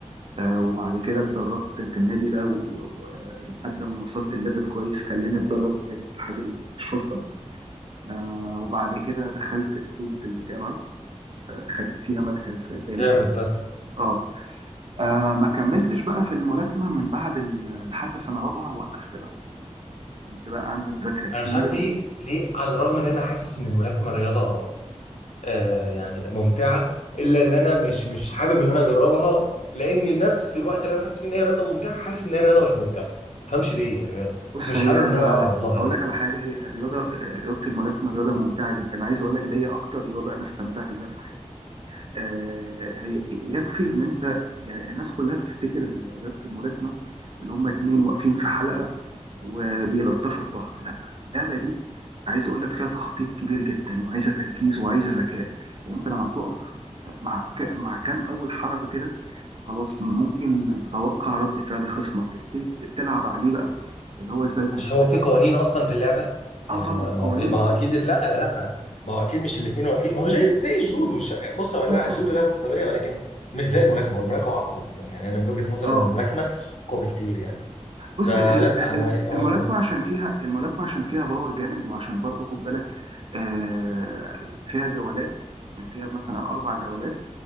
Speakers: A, on the right; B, on the left.
A: آه، وبعد كده اتدربت في النادي ده و- ولحد ما وصلت الليفل كويس خلاني اتدرب في نادي اتحاد الشرطه آه، وبعد كده دخلت بطوله الجامعه آه، خدت فيها مركز ثالث
B: جامد ده
A: اه آه، ما كملتش بقى في الملاكمه من بعد ال... لحد سنه رابعه وقفت بقى يعني كنت بقى عندي مذاكرة كتير
B: انا مش عارف ليه ليه على الرغم ان انا حاسس ان الملاكمه رياضه آه يعني ممتعه الا ان انا مش مش حابب ان انا اجربها لان نفس الوقت اللي انا حاسس فيه ان هي رياضه ممتعه حاسس ان هي رياضه مش ممتعه ما تفهمش ليه يعني ما-
A: بص
B: مش
A: هي
B: حابب ان انا اقرب لها
A: اقول
B: كده
A: لك على حاجه هي الرياضه رياضه الملاكمه رياضه ممتعه جدا عايز اقول لك اللي هي اكتر رياضه انا استمتعت بيها في حياتي آه هي يكفي ان انت يعني الناس كلها بتفتكر ال- رياضه الملاكمه اللي هم اتنين واقفين في حلقه وبيلطشوا في بعض لا اللعبه دي عايز اقول لك فيها تخطيط كبير جدا وعايزه تركيز وعايزه ذكاء يعني انت لما بتقف مع ك- مع كام اول حركه كده خلاص ممكن تتوقع رد فعل خصمك تبتدي تلعب عليه بقى اللي هو ازاي
B: مش
A: هت...
B: هو في قوانين اصلا في اللعبه يعني
A: اه طبعا
B: ما ما
A: قوانين
B: هو في ما
A: طبعا
B: هو اكيد لا لا ما هو اكيد مش الاثنين واقفين ما هو زي زي الجودو ش- بص هو لا
A: اه
B: الجودو
A: اه اه
B: لعبه قتاليه ولكن مش زي الملاكمه هو الملاكمه اقوى يعني انا من وجهه نظري
A: اه
B: ان الملاكمه اقوى بكتير يعني
A: بص
B: فلا
A: هي هي ال-
B: هو
A: ال-
B: هو
A: الملاكمه عشان فيها الملاكمه عشان فيها باور جامد وعشان برضو خد بالك آه فيها جولات يعني فيها مثلا اربع جولات